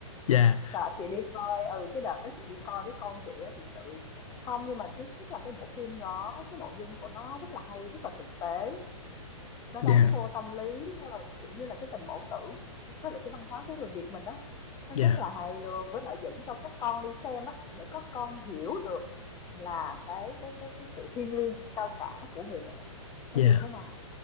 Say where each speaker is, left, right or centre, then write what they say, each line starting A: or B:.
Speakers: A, on the left (about 70°); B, on the left (about 20°).
A: dạ
B: tại chị đi coi ừ cái đợt đó chị đi coi với con chị á thực sự không nhưng mà thứ nhất là cái bộ phim đó cái nội dung của nó rất là hay rất là thực tế nó
A: dạ
B: đánh vô tâm lý, ờ, kiểu như là, cái tình mẫu tử của với lại cái văn hóa của người Việt mình á, nó
A: dạ
B: rất là hay luôn, với lại dẫn cho các con đi xem á, để các con hiểu được là cái cái cái cái sự thiêng liêng, sự cao cả của người mẹ
A: dạ
B: nó như thế nào,